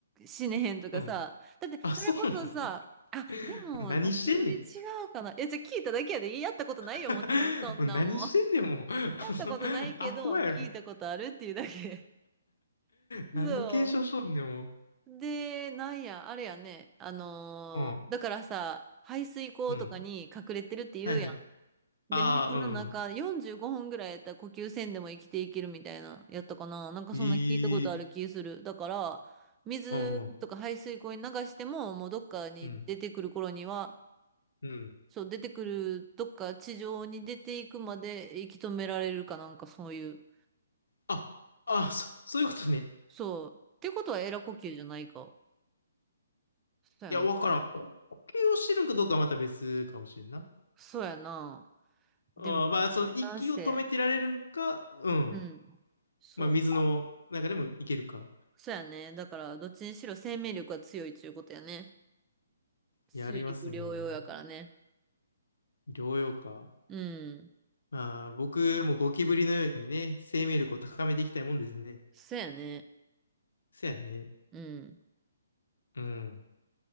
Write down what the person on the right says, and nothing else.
死ねへんとかさ、
だってそれこそさ、
あ、でも、
ゴキブリ違うかな。いや、じゃあ聞いただけやで、やったことないよ、
もちろん、そんなもん。
やったことないけど、
聞いたことあるっていうだけ。
そう。
で、なんや、あれやね。あのーだからさ、
排水溝とかに隠れてるって言うやん。
で、
水の中45分ぐらいやったら呼吸せんでも生きていけるみたいな、
やったかな。なんかそんな聞いたことある気する。
だから、水とか排水溝に流しても、
もうどっかに出てくる頃には、
そう、出てくる、どっか地上に出ていくまで息止められるかなんかそういう。
そう。ってことはエラ呼吸じゃないか。そうやな。
そうやな。
でも、
なんせ、
うん、そう。
そうやね。だから、どっちにしろ生命力が強いちゅうことやね。水陸両用やからね。
うん。
そうやね。
うん。